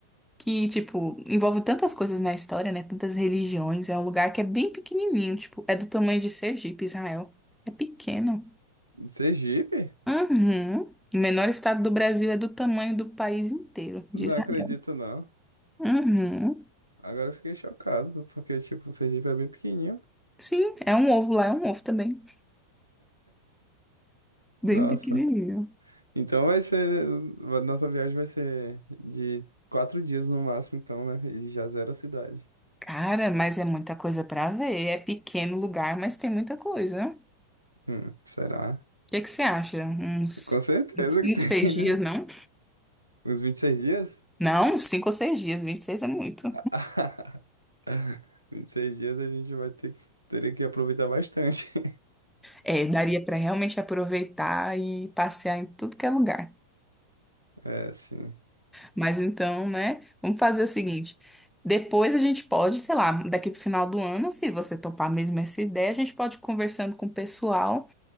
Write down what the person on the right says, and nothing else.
Sergipe?
Não
acredito, não.
Agora eu fiquei chocado, porque, tipo, o Sergipe é bem pequenininho.
Nossa.
Então vai ser. A nossa viagem vai ser de quatro dias no máximo, então, né? E já zero a cidade.
Hum, será?
Com certeza
que tem,
né?
Uns 26 dias?
<laughs> 26 dias a gente vai ter, que- teria que aproveitar bastante. <laughs>
É, sim.